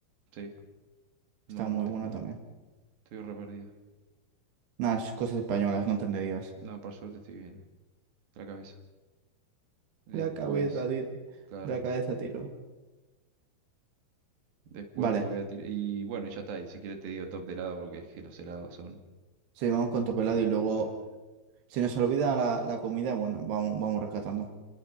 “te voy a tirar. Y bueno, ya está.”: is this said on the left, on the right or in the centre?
Right